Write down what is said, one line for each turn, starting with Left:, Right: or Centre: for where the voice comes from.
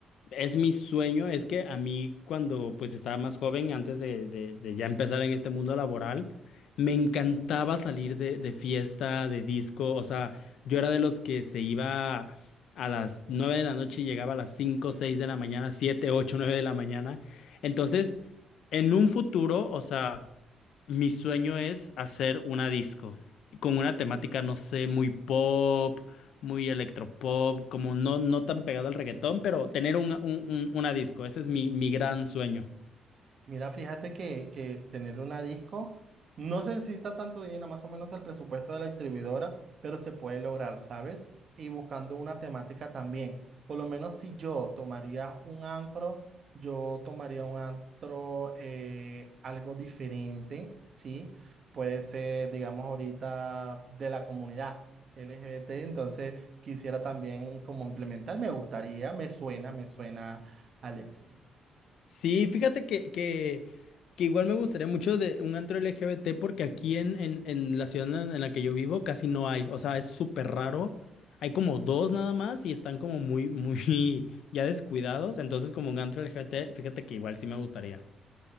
Left: Es mi sueño, es que a mí cuando pues estaba más joven, antes de, de- de ya empezar en este mundo laboral, me encantaba salir de, de fiesta, de disco, o sea, yo era de los que se iba a las 9 de la noche y llegaba a las 5 6 de la mañana, 7 8 9 de la mañana. Entonces, en un futuro, o sea... Mi sueño es hacer una disco con una temática, no sé, muy pop, muy electropop, como no, no tan pegado al reggaetón, pero tener un, un- un- una disco, ese es mi, mi gran sueño.
Right: Mira, fíjate que, que tener una disco no se necesita tanto dinero, más o menos el presupuesto de la distribuidora, pero se puede lograr, ¿sabes? Y buscando una temática también. Por lo menos si yo tomaría un antro, yo tomaría un antro eh, algo diferente, ¿sí? Puede ser, digamos, ahorita de la comunidad LGBT, entonces quisiera también como implementar, me gustaría, me suena, me suena, Alexis.
Left: Sí, fíjate que, que, que igual me gustaría mucho de un antro LGBT porque aquí en, en, en la ciudad en en la que yo vivo casi no hay, o sea, es súper raro. Hay como dos nada más y están como muy, muy <laughs> ya descuidados. Entonces, como un antro LGBT, fíjate que igual sí me gustaría.